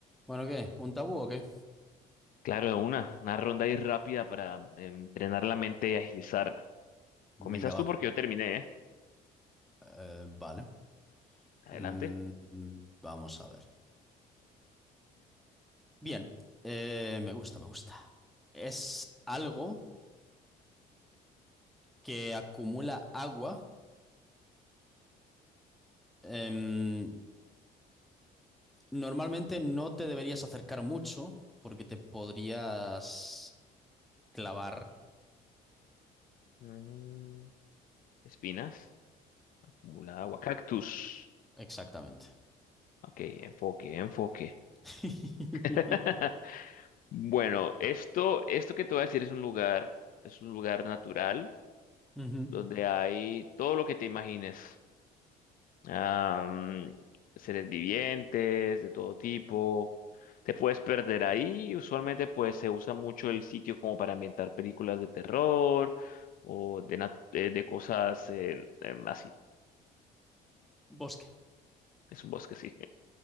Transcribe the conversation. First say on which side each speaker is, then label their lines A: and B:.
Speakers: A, in the centre; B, on the left.
A: Bueno, ¿qué? ¿Un tabú o qué?
B: Claro, de una, una ronda ahí rápida para em, entrenar la mente y agilizar. Comienzas
A: Venga, va.
B: tú porque yo terminé, ¿eh?
A: Eh, vale.
B: Adelante.
A: Mm, vamos a ver. Bien. Eh, me gusta, me gusta. Es algo que acumula agua. Em, normalmente no te deberías acercar mucho porque te podrías clavar
B: Mm, Espinas, acumulada agua, cactus.
A: exactamente.
B: Ok, enfoque, enfoque.
A: <laughs>
B: <laughs> Bueno, esto, esto que te voy a decir es un lugar, es un lugar natural
A: Ujú.
B: donde hay todo lo que te imagines. am, seres vivientes de todo tipo. Te puedes perder ahí. Usualmente pues se usa mucho el sitio como para ambientar películas de terror o de, nat- de, de cosas eh, em, así.
A: Bosque.
B: Es un bosque, sí.